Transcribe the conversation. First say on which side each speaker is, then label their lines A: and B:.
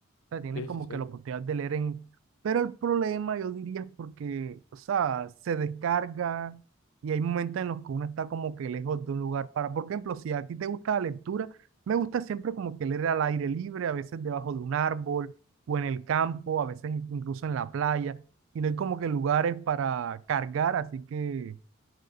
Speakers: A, on the right; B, on the left.
A: O sea, tienes
B: Sí,
A: como
B: sí, sí.
A: que la oportunidad de leer en... Pero el problema, yo diría, es porque, o sea, se descarga y hay momentos en los que uno está como que lejos de un lugar para... Por ejemplo, si a ti te gusta la lectura, me gusta siempre como que leer al aire libre, a veces debajo de un árbol o en el campo, a veces incluso en la playa, y no hay como que lugares para cargar, así que